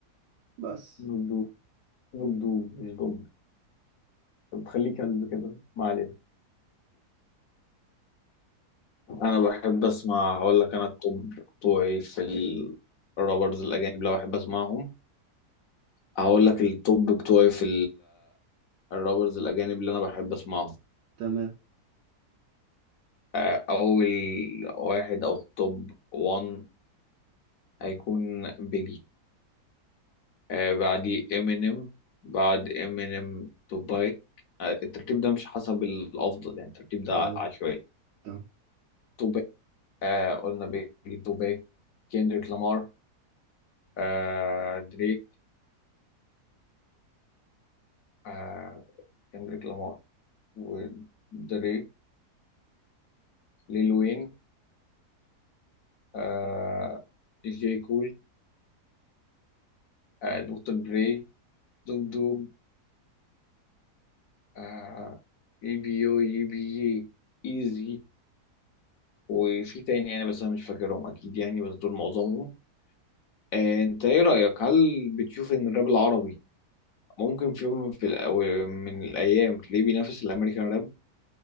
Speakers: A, on the right; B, on the left.
A: بس
B: نوب دوب نوب دوب مش دوب طب تخليه كلب كده ما علينا انا بحب اسمع هقول لك انا التوب بتوعي في الرابرز الاجانب لو بحب اسمعهم هقول لك التوب بتوعي في الرابرز الأجانب اللي أنا بحب أسمعهم
A: تمام
B: آه، أول واحد أو التوب 1 هيكون بيجي آه، بعديه إمينيم بعد إمينيم توباك آه، الترتيب ده مش حسب الأفضل يعني الترتيب ده
A: طيب
B: ع- عشوائي
A: تمام
B: توباك آه، قلنا بيجي توباك كيندريك لامار آه، دريك آه، كيندريك لامار ودريك ليل وين آه، جي كول آه، دكتور دري دوج آه اي بي يو اي بي يي ايزي وفي تاني يعني بس انا مش فاكرهم اكيد يعني بس دول معظمهم آه انت ايه رأيك هل بتشوف ان الراب العربي ممكن في يوم في الأو- من الايام تلاقيه بينافس الامريكان راب